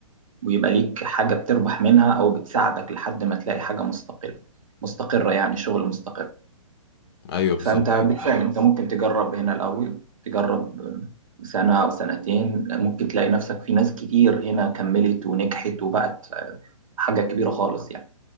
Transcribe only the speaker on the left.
ايوه بالظبط
يعني